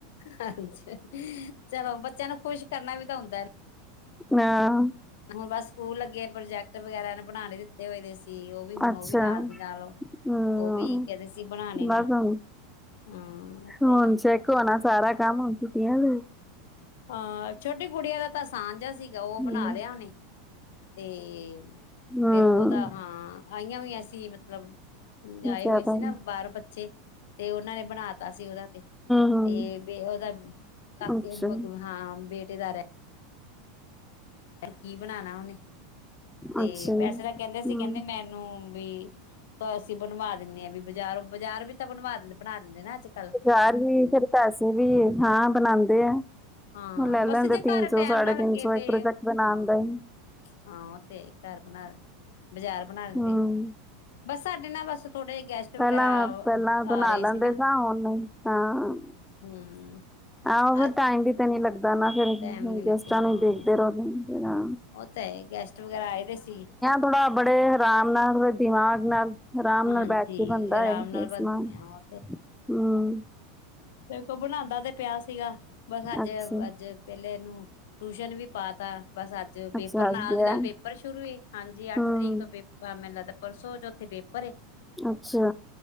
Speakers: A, on the left; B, in the centre.
A: ਹਾਂਜੀ ਚਲੋ ਬੱਚੇਆਂ ਨੂੰ ਖੁਸ਼ ਕਰਨਾ ਵੀ ਤਾਂ ਹੁੰਦਾ ਏ।
B: ਹਾਂ।
A: ਹੁਣ ਬਸ ਸਕੂਲ ਲੱਗੇ ਪ੍ਰੋਜੈਕਟ ਵਗੈਰਾ ਨੇ ਬਣਾਉਣੇ ਲਈ ਦਿੱਤੇ ਹੋਏ ਸੀ। ਤੇ ਉਹ ਵੀ ਹੁਣ
B: ਅੱਛਾ
A: ਉਹ ਵੀ ਨਾਲ ਦੀ ਨਾਲ
B: ਹਮ
A: ਉਹ ਵੀ ਕਹਿੰਦੇ ਸੀ ਬਣਾਣੇ
B: ਬਸ
A: ਨੇ।
B: ਹੁਣ
A: ਹਾਂ ਇਹ
B: ਹੁਣ
A: ਤਾਂ ਹੀ
B: ਚੈੱਕ ਹੋਣਾ ਸਾਰਾ ਕੰਮ ਹੁਣ ਛੁੱਟਿਆ ਦੇ।
A: ਹਾਂ ਛੋਟੀ ਗੁੜਿਆਂ ਦਾ ਤਾਂ ਆਸਾਨ ਜੇਹਾਂ ਸੀਗਾ ਉਹ ਬਣਾ
B: ਹੂੰ
A: ਲਿਆ ਉਹਨੇ। ਤੇ
B: ਹੂੰ
A: ਫੇਰ ਉਹਦਾ ਹਾਂ ਆਈਆਂ ਹੋਈਆਂ ਸੀ ਮਤਲਬ ਆਏ
B: ਜ਼ਿਆਦਾ
A: ਹੋਏ ਸੀ
B: ਹੂੰ
A: ਨਾ ਬਾਹਰ ਬੱਚੇ ਤੇ ਉਹਨਾਂ ਨੇ ਬਣਾ ਤਾ ਸੀ ਉਹਦਾ ਤੇ।
B: ਹੂੰ
A: ਤੇ ਬਈ ਉਹਦਾ ਕਾਕੇ
B: ਅੱਛਾ
A: ਮ ਹਾਂ ਬੇਟੇ ਦਾ ਰਹਿ ਕੀ ਬਣਾਣਾ ਉਹਨੇ ਤੇ
B: ਅੱਛਾ ਹੂੰ
A: ਵੈਸੇ ਤਾਂ ਕਹਿੰਦੇ ਸੀ ਕਹਿੰਦੇ ਮੈਨੂੰ ਬੀ ਬ ਅਸੀਂ ਬਣਵਾ ਦਿੰਦੇ ਆਂ ਵੀ ਬਜ਼ਾਰ ਬਾਜ਼ਾਰ ਵੀ ਤਾਂ ਬਣਵਾ ਬਣਾ ਦਿੰਦੇ ਨਾ ਅੱਜ ਕੱਲ।
B: ਬਾਜ਼ਾਰ ਵੀ ਫਿਰ ਪੈਸੇ ਵੀ ਹਾਂ ਬਣਾਉਂਦੇ ਹੈ। ਉਹ
A: ਹਾਂ
B: ਲੈ
A: ਬਸ
B: ਲੈਂਦੇ
A: ਜੇ ਘਰ
B: ਤਿੰਨ ਸੌ
A: ਟੈਮ
B: ਸਾਢੇ
A: ਨਾ ਲੱਗੇ
B: ਤਿੰਨ ਸੌ
A: ਤੇ
B: ਇੱਕ ਪ੍ਰੋਜੈਕਟ ਬਣਾਨ
A: ਹਾਂ
B: ਦਾ ਹੀ।
A: ਹਾਂ ਉਹ ਤੇ ਹ ਈ ਘਰ ਬਣਾ ਬਜ਼ਾਰ ਬਣਾ ਦੇਂਦੇ
B: ਹੂੰ
A: ਏ। ਬਸ ਸਾਡੇ ਨਾ ਬਸ ਥੋੜੇ ਜੇ ਗੈਸਟ
B: ਪਹਿਲਾਂ
A: ਵਗੈਰਾ
B: ਪਹਿਲਾਂ ਬਣਾ
A: ਆ ਰਹੇ
B: ਲੈਂਦੇ
A: ਸੀ ਨਾ
B: ਸਾ ਹੁਣ ਹਾਂ।
A: ਹੂੰ
B: ਆਹੋ ਫਿਰ
A: ਅੱਜ
B: ਟਾਈਮ ਵੀ ਤੇ ਨੀ ਲੱਗਦਾ ਨਾ ਫਿਰ
A: ਟੈਮ ਨੀ ਲੱਗਿਆ
B: ਗੈਸਟਾਂ
A: ਹਾਂ।
B: ਨੂੰ ਦੇਖਦੇ ਰਹੋ ਨਾ।
A: ਉਹ ਤੇ ਹੈ ਈ ਗੈਸਟ ਵਗੈਰਾ ਆਏ ਦੇ ਸੀ।
B: ਥੋੜਾ ਬੜੇ ਹਰਾਮ ਨਾਲ ਦਿਮਾਗ ਨਾਲ ਆਰਾਮ
A: ਹਾਂਜੀ
B: ਨਾਲ ਬੈਠ। ਕੀ ਬਨਦਾ
A: ਆਰਾਮ
B: ਏ
A: ਨਾਲ
B: ਇਸ
A: ਬਣਦੀਆਂ
B: ਸਮਾਨ
A: ਉਹ
B: ਹੁਂ।
A: ਦੇ ਤੂੰ ਬਣਾਉਦਾ ਤੇ ਪਿਆ ਸੀਗਾ ਬਸ ਅੱਜ
B: ਅੱਛਾ
A: ਅੱਜ ਪਹਿਲੇ ਇਹਨੂੰ ਟਿਊਸ਼ਨ ਵੀ ਪਾ। ਤਾ ਬਸ ਅੱਜ ਪੇਪਰ
B: ਅੱਛਾ ਵਧੀਆ
A: ਨਾਲ ਦੀ ਨਾਲ ਪੇਪਰ ਸ਼ੁਰੂ ਈ ਹਾਂਜੀ ਅੱਠ
B: ਹੂੰ
A: ਤਰੀਕ ਤੋਂ ਪੇਪਰ ਬਸ ਮੈਨੂੰ ਲੱਗਦਾ ਪਰਸੋਂ ਚੌਥੇ ਪੇਪਰ ਹੈ।
B: ਅੱਛਾ